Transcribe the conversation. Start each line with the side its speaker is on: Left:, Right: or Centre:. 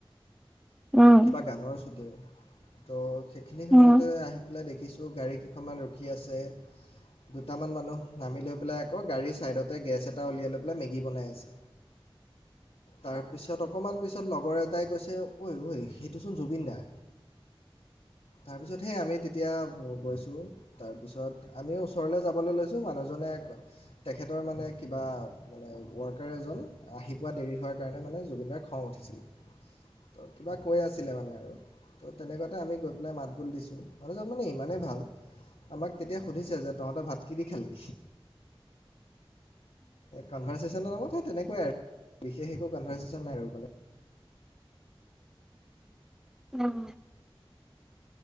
Centre: উম,
Left: কিবা গানৰ শ্বুটিং, তো সেইখিনি সময়ত,
Centre: উম,
Left: তে আহি পেলাই দেখিছোঁ, গাড়ী কেইখনমান ৰখি আছে। দুটামান মানুহ নামি লৈ পেলাই আকৌ, গাড়ীৰ ছাইডতে গেছ এটা উলিয়াই লৈ পেলাই, মেগী বনাই আছে। তাৰপিছত অ, অকণমান পিছত লগৰ এটাই কৈছে ঐ, ঐ সেইটোচোন জুবিন দা। তাৰ পিছত সেই আমি তেতিয়া গৈছোঁ। তাৰপিছত আমিও ওচৰলৈ যাবলৈ লৈছোঁ, মানুহজনে আক, তেখেতৰ মানে কিবা মানে ৱৰ্কাৰ এজন, আহি পোৱা দেৰি হোৱাৰ কাৰণে মানে, জুবিনদাৰ খং উঠিছিল। তো কিবা কৈ আছিলে মানে আৰু তো, তেনেকুৱাতে আমি গৈ পেলাই মাত বোল দিছোঁ। মানুহজন মানে ইমানেই ভাল। আমাক তেতিয়া সুধিছে যে তহঁতে ভাত কি দি খালি? কনভাৰ্চেচনৰ নামত সে তেনেকুৱাই আৰু, বিশেষ একো কনভাৰ্চেচন নাই আৰু মানে।
Centre: উম।